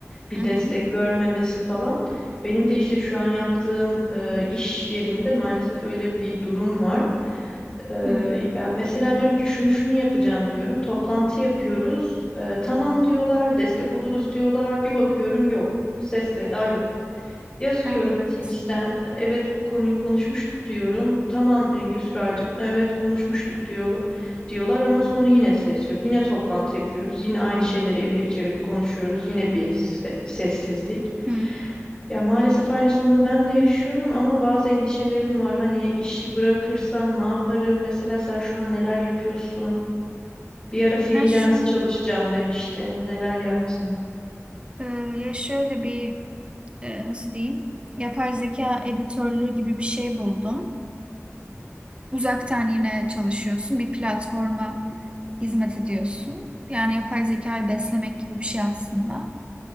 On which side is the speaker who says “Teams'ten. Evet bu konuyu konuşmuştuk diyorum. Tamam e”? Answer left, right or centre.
Left